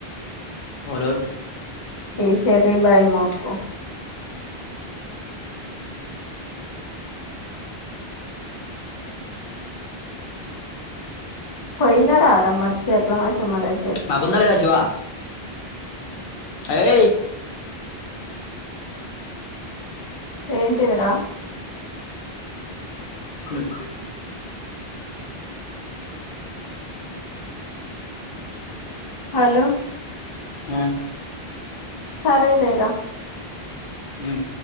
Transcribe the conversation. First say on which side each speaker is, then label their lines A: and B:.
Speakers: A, on the left (about 65°); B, on the left (about 35°).
A: వోలు
B: ఈ చెర్రి బాయ్ మొక్కు పోయినారార మరి చర్లా మైసమ్మ దగ్
A: నాకుంద లేదా శివ ఏయ్
B: ఏంటిదిరా?
A: హ్మ్
B: హలో
A: ఊ
B: సరే లేరా
A: ఉమ్